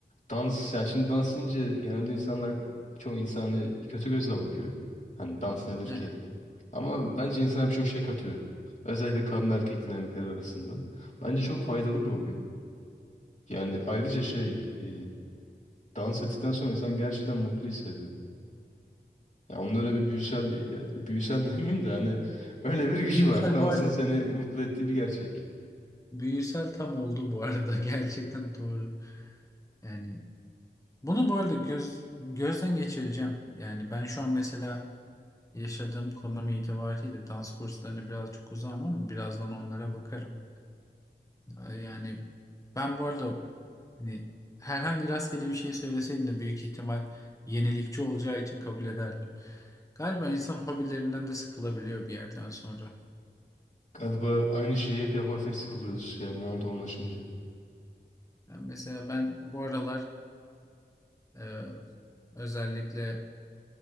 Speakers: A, on the left (about 40°); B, on the left (about 15°).
A: dans, yani şimdi dans deyince genelde insanlar, çoğu insanı kötü gözle bakıyor. Hani dans nedir ki
B: Evet.
A: yani. Ama bence insana birçok şey katıyor. Özellikle kadın erkek dinamikleri arasında. Bence çok faydalı bir hobi. Yani ayrıca şey, e, dans ettikten sonra insan gerçekten mutlu hissediyor. Ya onun öyle bir büyüsel, yani büyüsel <laughs> demeyeyim de hani öyle bir gücü
B: Büyüsel
A: var. Dansın
B: bu arada
A: seni mutlu ettiği bir gerçek.
B: Büyüsel tam oldu bu arada. <laughs> Gerçekten doğru. Yani Bunu bu arada göz, gözden geçireceğim. Yani ben şu an mesela yaşadığım konum itibariyle dans kurslarına birazcık uzağım ama birazdan onlara bakarım. Yani ben bu arada hani herhangi rastgele bir şey söyleseydin de büyük ihtimal yenilikçi olacağı için kabul ederdim. Galiba insan hobilerinden de sıkılabiliyor bir yerden sonra.
A: Galiba aynı şeyi hep yaparsak sıkılıyoruz ya monotonlaşınca.
B: Yani mesela ben bu aralar e, özellikle